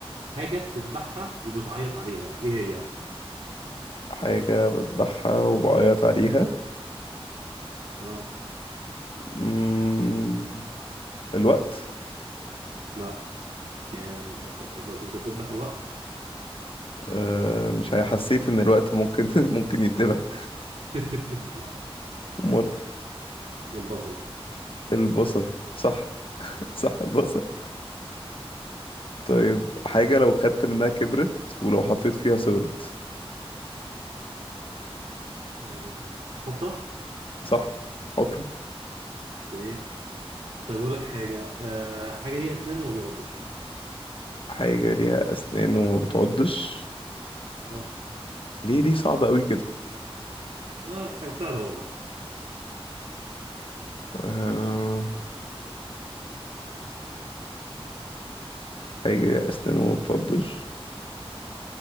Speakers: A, on the right; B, on the left.
A: حاجه بتذبحها وبتعيط عليها ايه هي
B: حاجة بذبحها وبعيط عليها
A: آه،
B: مم... الوقت
A: لا يعني للاسف بس انت بتذبح الوقت
B: أه مش هي- حسيت إن الوقت ممكن <laughs> ممكن يتذبح
A: <laughs> لا
B: أمال
A: البصل
B: البصل صح <laughs>
A: آه،
B: صح البصل طيب حاجة
A: آه،
B: لو خدت منها كبرت ولو حطيت فيها
A: م-
B: صغرت
A: م. آه، حفره
B: صح حفرة
A: تمام طيب اقول لك حاجه آه، حاجه ليها اسنان وما بيعضش
B: حاجة ليها أسنان وما بتعضش
A: اه
B: ليه ليه صعب قوي كده
A: لا لا حاجه سهله والله
B: آه... حاجة أسنانه ما بتعضش